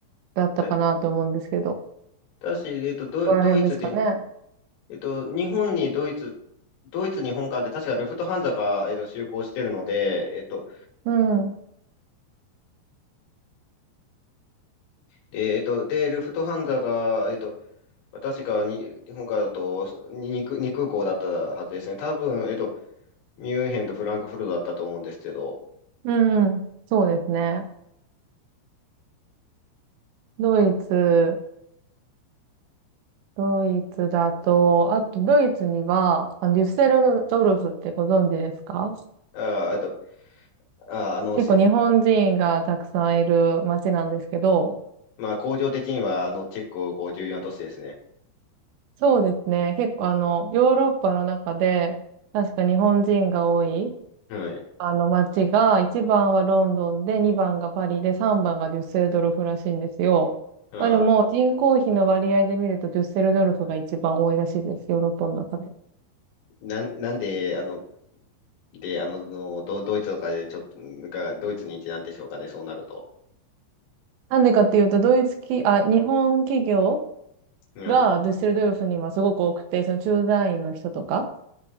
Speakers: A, on the right; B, on the left.
A: だったかなと思うんですけど、
B: だ、
A: こ
B: だし、えっと、ド、
A: こら辺ですかね。
B: ドイツで、えっと、日本にドイツ、ドイツ日本間で確かルフトハンザが、えっと、就航してるので、えっと、
A: うん。
B: で、えっと、で、ルフトハンザが、えっと、確かに日本からだとに2、に空港だったはずですね。多分、えっと、ミュンヘンとフランクフルトだったと思うんですけど、
A: うんうん。そうですね。ドイツ。ドイツだと、あとドイツには、あのデュッセルドルフってご存知ですか
B: あー、えっと、あー、あの、
A: 結構日本人がたくさんいる街なんですけど、
B: しまあ、工場的には、あの、結構、こう、重要な都市ですね。
A: そうですね。結構あの、ヨーロッパの中で、確か日本人が多い、
B: はい。
A: あの街が、1番はロンドンで、2番がパリで、3番がデュッセルドルフらしいんですよ。
B: まあ、
A: まあでも、人口比の割合で見ると、デュッセルドルフが一番多いらしいです。ヨーロッパの中で。
B: なん、なんで、あの、で、あの、のド、ドイツとかで、ちょっと、が、ドイツに一なんでしょうかね、そうなると。
A: なんでかっていうと、ドイツ企、あ、日本企業、
B: はい。
A: が、ドゥッセルドルフにはすごく多くて、その駐在員の人とか、